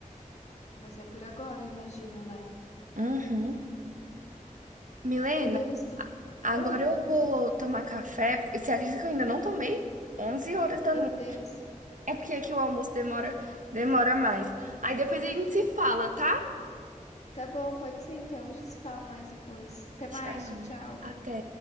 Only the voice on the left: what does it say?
Mas é por agora, imagino, né?
Do Lilo Ste...
Oi?
Meu
Deus.
Tá bom, pode ser então. A gente se fala mais depois. Até mais,
tchau, tchau.